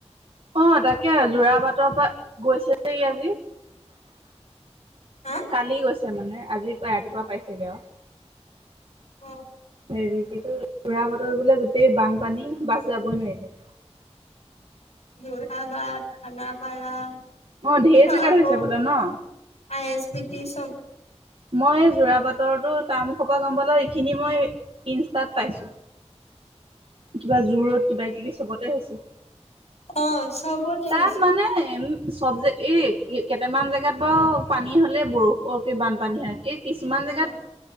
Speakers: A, on the right; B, on the left.
A: অ তাকে যোৰা বাটৰ পৰা গৈছে যে ই আজি।
B: হা
A: কালি গৈছে মানে আজি ৰাতিপুৱা পাইছেগে আৰু
B: অ
A: হেৰি কি কয় যোৰাবাটৰ বোলে গোটেই বানপানী বাছ যাবই নোৱাৰিলে।
B: যোৰাবাট খানাপাৰা।
A: অ ঢেৰ জেগাত
B: আকৌ
A: হৈছে বোলে ন।
B: আই এছ বি টি চব।
A: মই যোৰাবাটৰ টো টাৰ্ম মোখপা গম পালো এইখিনি মই ইনষ্টাত পাইছো। কিবা জু ৰোড কিবা কিবি চবতে হৈছে।
B: অ', চবতে
A: তাত
B: হৈছে
A: মানে উ, চব যে এই কেইটামান জেগাত বাৰু পানী হ'লে বৰষুণ অ বানপানী, পানী হয় এই কিছুমান
B: অ'।
A: জেগাত